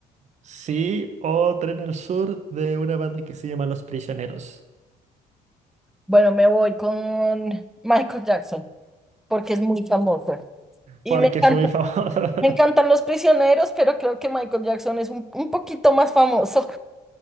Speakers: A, on the right (about 45°); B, in the centre.
A: Sí, o Tren al Sur de una banda que se llama Los Prisioneros.
B: Bueno, me voy con Michael Jackson porque es muy famoso. Y
A: Porque
B: me encanta-
A: es muy famosa.
B: me encantan los prisioneros, pero creo que Michael Jackson es un, un poquito más famoso.